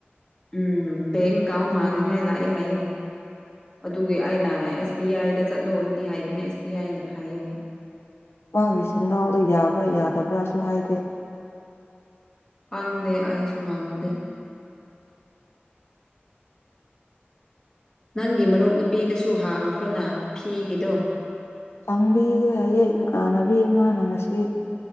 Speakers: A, on the left (about 15°); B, on the left (about 85°).
A: ꯎꯝ ꯕꯦꯡ ꯑꯦꯀꯥꯎꯟ ꯍꯥꯡꯅꯤꯉꯥꯏ ꯂꯥꯛꯑꯦ ꯍꯥꯏꯌꯦ ꯑꯗꯨꯒꯤ ꯑꯩꯅ ꯑꯦꯁ ꯕꯤ ꯑꯥꯏꯗ ꯆꯠꯂꯣꯅꯗꯤ ꯍꯥꯏꯕꯅꯦ ꯑꯦꯁ ꯕꯤ ꯑꯥꯏꯅ ꯐꯩꯌꯦꯅ꯫
B: ꯃꯥꯒꯤ ꯁꯦꯟꯗꯥꯎꯗꯣ ꯌꯥꯕ꯭ꯔꯥ ꯌꯥꯗꯕ꯭ꯔꯥꯁꯨ ꯍꯥꯏꯗꯦ꯫
A: ꯈꯪꯗꯦ ꯑꯩꯁꯨ ꯈꯪꯗꯦ꯫ ꯅꯪꯒꯤ ꯃꯔꯨꯞ ꯅꯨꯄꯤꯗꯁꯨ ꯍꯥꯡꯈ꯭ꯔꯣꯅ ꯐꯤꯒꯤꯗꯣ꯫
B: ꯄꯥꯡꯕꯤꯕ ꯌꯥꯌꯦ ꯏꯃꯥꯟꯅꯕꯤ ꯑꯃꯅ ꯉꯁꯤ